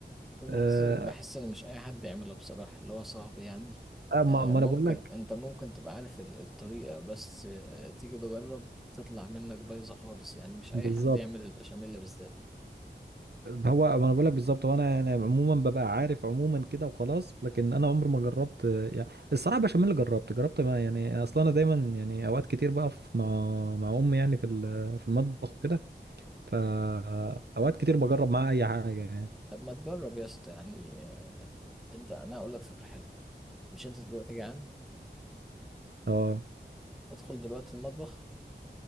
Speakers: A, in the centre; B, on the right.
A: بحس
B: آه،
A: ان بحس ان مش اي حد يعملها بصراحه اللي هو صعب يعني
B: آه، ما
A: آه،
B: ما
A: ممكن
B: انا بقول لك
A: انت ممكن تبقى عارف ال- الطريقه بس آه، تيجي تجرب تطلع منك بايظه خالص يعني مش اي
B: بالظبط
A: حد يعمل البشاميل بالذات
B: هو ما انا بقول لك بالظبط وانا يعني عموما ببقى عارف عموما كده وخلاص لكن انا عمري ما جربت آه، يعني الصراحه بشاميل جربت جربت ما يعني اصلا انا دايما يعني اوقات كتير بقف مع مع امي يعني في ال- في المطبخ وكده فاوقات كتير بجرب معاها اي حاجه يعني
A: طب ما تجرب يا اسطى يعني انت انا اقول لك فكره حلوه مش انت دلوقتي جعان
B: اه
A: ادخل دلوقتي المطبخ